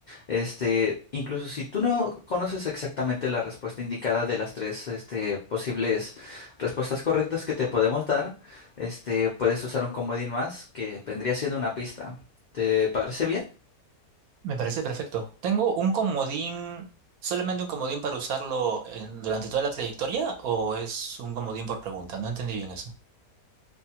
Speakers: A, on the left; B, on the right.
A: Este, incluso si tú no conoces exactamente la respuesta indicada de las tres este, posibles respuestas correctas que te podemos dar, este, puedes usar un comodín más que vendría siendo una pista. ¿Te parece bien?
B: Me parece perfecto. ¿Tengo un comodín, solamente un comodín para usarlo en- durante toda la trayectoria o es un comodín por pregunta? No entendí bien eso.